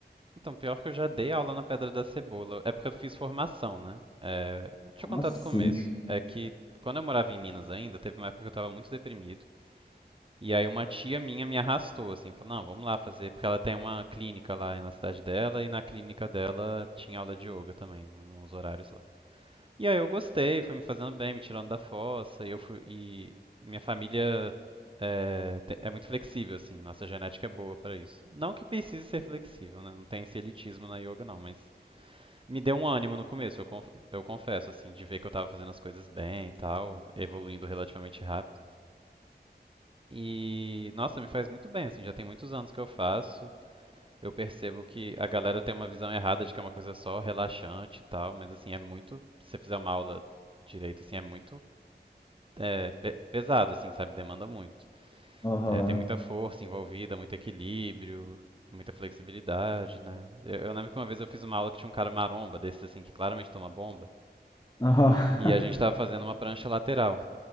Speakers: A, on the right; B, on the left.
A: Então, pior que eu já dei aula na Pedra da Cebola. É porque eu fiz formação, né? É, Deixa
B: Como
A: eu contar
B: assim?
A: do começo. É que quando eu morava em Minas ainda, teve uma época que eu estava muito deprimido. E aí uma tia minha me arrastou, assim, falou, não, vamos lá fazer, porque ela tem uma clínica lá na cidade dela, e na clínica dela tinha aula de yoga também, nos horários lá. E aí eu gostei, foi me fazendo bem, me tirando da fossa, e eu fui, e minha família é, te- é muito flexível, assim, nossa genética é boa pra isso. Não que precise ser flexível, né? Não tem esse elitismo na yoga, não, mas me deu um ânimo no começo, eu, conf- eu confesso, assim, de ver que eu tava fazendo as coisas bem e tal, evoluindo relativamente rápido. E, nossa, me faz muito bem, assim, já tem muitos anos que eu faço. Eu percebo que a galera tem uma visão errada de que é uma coisa só relaxante e tal, mas, assim, é muito. Se você fizer uma aula direito, assim, é muito é pe- pesado, assim, sabe? Demanda muito.
B: Aham.
A: É, tem muita força envolvida, muito equilíbrio, muita flexibilidade, né? Eu, eu lembro que uma vez eu fiz uma aula que tinha um cara maromba, desses assim, que claramente toma bomba,
B: Aham. <laughs>
A: e a gente tava fazendo uma prancha lateral,